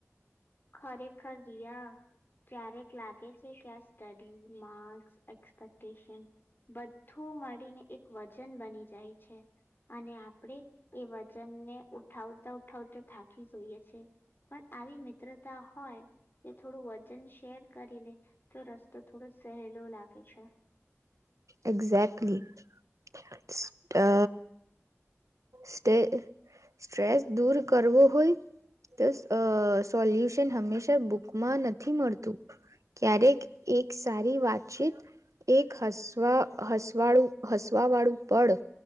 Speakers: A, on the left; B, on the right.
A: ખરેખર રિયા ક્યારેક લાગે છે કે આ સ્ટડી માર્કસ એક્સપેક્ટેશન બધું મળીને એક વજન બની જાય છે અને આપણે એ વજનને ઉઠાવતા ઉઠાવતા થાકી જોઈએ છે પણ આવી મિત્રતા હોય તે થોડું વજન શેર કરી લે તો રસ્તો થોડો સહેલો લાગે છે.
B: Exactly just a stay stress દૂર કરવો હોય તો અહ સોલ્યુશન હંમેશા બુકમાં નથી મળતું ક્યારેક એક સારી વાતચીત એક હસવા હસવાળું હસવા વાળું પડ